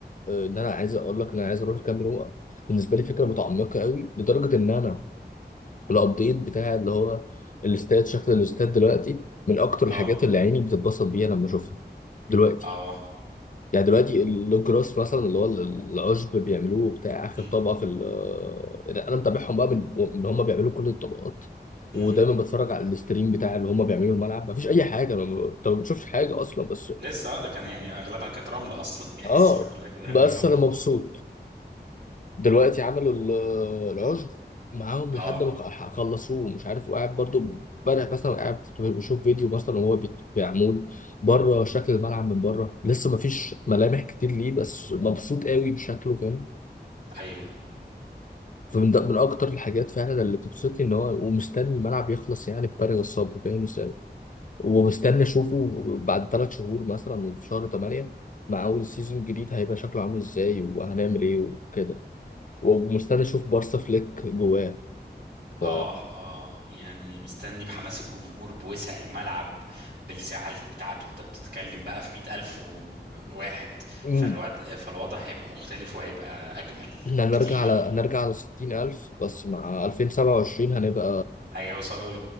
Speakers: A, on the left (about 50°); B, on the right (about 80°).
A: آه، ان انا عايز اقول لك ان انا عايز اروح الكامب نو بالنسبه لي فكره متعمقه قوي لدرجه ان انا الابديت بتاع اللي هو الاستاد شكل الاستاد دلوقتي من اكتر
B: اه
A: الحاجات اللي عيني بتتبسط بيها لما اشوفها دلوقتي
B: اه
A: يعني دلوقتي اللوجراس مثلا اللي هو العشب بيعملوه بتاع اخر
B: مم.
A: طبقه في ال- آه، انا متابعهم بقى من من هم بيعملوا كل الطبقات ودايما
B: مم.
A: بتفرج على الاستريم بتاع اللي هم بيعملوه الملعب مفيش اي حاجه أنا ما- انت ما بتشوفش حاجه اصلا بس
B: لسه اه ده كان يعني اغلبها كانت رمل اصلا <laughs> يعني
A: اه
B: الصور كلها كده
A: بس
B: رمل
A: انا مبسوط دلوقتي عملوا ال- العشب معاهم لحد
B: اه
A: ما خ- خلصوه مش عارف وقاعد برضو امبارح مثلا قاعد كنت بشوف فيديو مثلا وهو بيت- بيعمل بره شكل الملعب من بره لسه ما فيش ملامح كتير ليه بس مبسوط قوي بشكله فاهم
B: ايوه
A: فمن ده من اكتر الحاجات فعلا اللي بتبسطني ان هو ومستني الملعب يخلص يعني بفارغ الصبر فاهم ازاي ومستني اشوفه بعد ثلاث شهور مثلا وفي شهر 8 مع اول سيزون جديد هيبقى شكله عامل ازاي وهنعمل ايه وكده ومستني اشوف بارسا فليك جواه ف
B: اه اه يعني مستني بحماس الجمهور بوسع الملعب بالسعة بتاعته انت بتتكلم بقى في مئة ألف وواحد
A: مم.
B: فالوضع فالوضع هيبقى مختلف وهيبقى أجمل
A: إحنا
B: بكتير
A: هنرجع على هنرجع على 60000 بس مع 2027 هنبقى
B: هيوصلوا